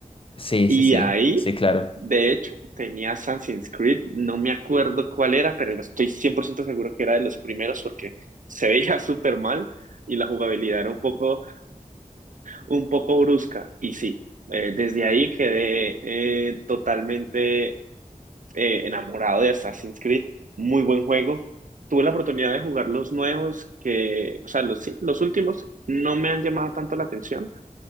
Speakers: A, on the left; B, on the right.
A: sí,
B: Y
A: sí, sí,
B: ahí,
A: sí, claro.
B: de hecho, tenía Assassin's Creed, no me acuerdo cuál era, pero estoy 100% seguro que era de los primeros porque se veía <laughs> súper mal y la jugabilidad era un poco, un poco brusca. Y sí, eh, desde ahí quedé eh, totalmente eh, enamorado de Assassin's Creed, muy buen juego. Tuve la oportunidad de jugar los nuevos que, o sea, los, sí, los últimos no me han llamado tanto la atención,